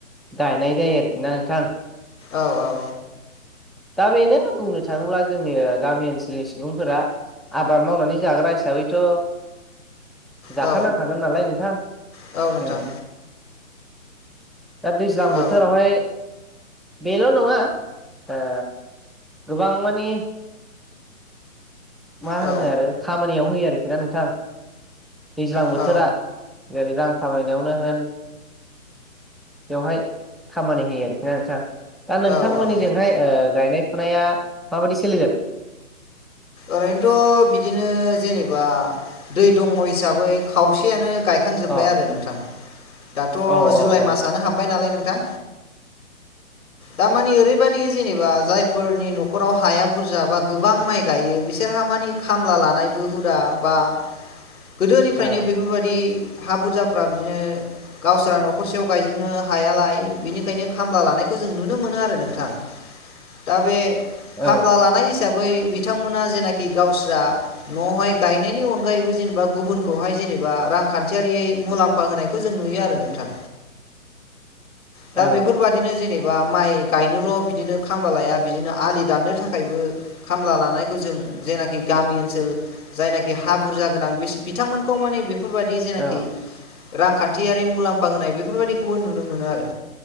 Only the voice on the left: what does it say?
औ-औ।
औ
औ नोंथां
औ
औ
औ
औ
ओरैनोथ बिदिनो जेनेबा दै दङ हिसाबै खावसेयानो गायखां जोबबाय
आरो नोंथां दाथ
जुलाइ
मासयानो हाबबाय नालाय नोंथां। दामानि ओरै बायदि जेनेबा जायफोरनि नखराव हाया बुरजा बा गोबां माइ गायो बिसोरहा मानि खामला लानायबो हुदा बा गोदोनिफ्रायनो
बेफोर बायदि हा बुरजाफ्रा बिदिनो गावस्रा नखरसेयाव गायजोबनो हायालाय बेनिखायनो खामला लानायखौ जों नुनो मोनो आरो नोंथां दा बे
खामला
लानाय हिसाबै बि बिथांमोना जेनाखि गावस्रा नयाव हाय गायनायनि अनगायैबो जेनेबा गुबुनखौ हाय जेनेबा रां खान्थियारियै मुलाम्फा होनायखौ जों नुयो आरो नोंथां। दा
बेफोर बायदिनो जेने बा माइ गायनोल बिदिनो खामला लाया बिदिनो आलि दाननो थाखायबो खामला ला नायखौ जों जेनाखि गामि ओनसोल जायनाखि हा बुरजा गोनां बिस बिथांमोनखौ माने बे बेफोरबादि जेनाखि
रांखान्थियारि मुलाम्फा होनाय बेफोर बायदिखौबो नुनो मोनो आरो